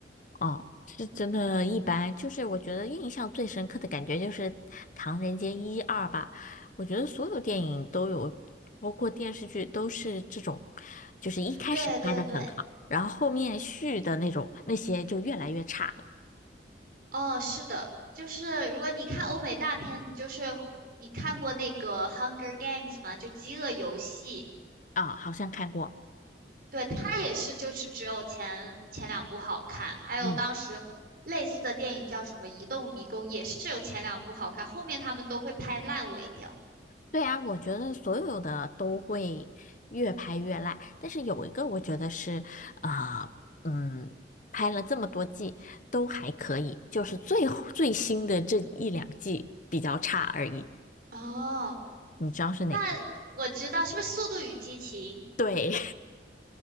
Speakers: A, on the left; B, on the right.
A: 哦，是真的一般，就是我觉得印象最深刻的感觉就是《唐人街一二》吧。我觉得所有电影都有，包括电视剧都是这种，就是一开始拍的很好，
B: 对对对，
A: 然后后面续的那种那些就越来越差了。
B: 哦，是的，就是如果你看欧美大片，你就是你看过那个《Hunger Games》吗？就《饥饿游戏》，
A: 啊、好像看过。
B: 对，它也是，就是只有前前两部好看，还有当时类似的电影叫什么《移动迷宫》，
A: 嗯。
B: 也是只有前两部好看，后面他们都会拍烂尾掉。
A: 对啊，我觉得所有的都会越拍越烂，但是有一个我觉得是，呃，嗯，拍了这么多季都还可以，就是最最新的这一两季比较差而已。
B: 哦，
A: 你知道是哪个？
B: 那我知道，是不是《速度与激情》？
A: 对，